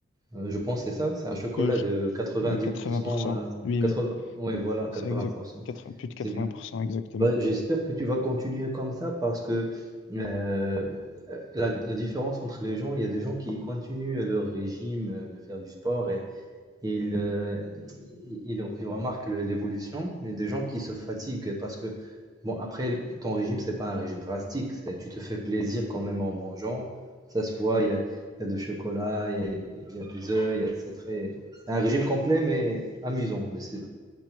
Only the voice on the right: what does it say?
Euh, je pense que c'est ça, c'est un chocolat
de 90%,
euh,
80,
ouais, voilà,
80%.
C'est bien.
Bah, j'espère que tu vas continuer comme ça parce que euh, euh, la, la différence entre les gens, il y a des gens qui continuent leur régime euh, de faire du sport et il, euh, il, il remarque le- l'évolution, mais des gens qui se fatiguent parce que, bon, après, ton régime, c'est pas un régime drastique, c'est- tu te fais plaisir quand même en mangeant, ça se voit, il y a, il y a du chocolat, il y a, il y a des œufs, il y a- c'est très... C'est un régime complet, mais amusant, mais c'est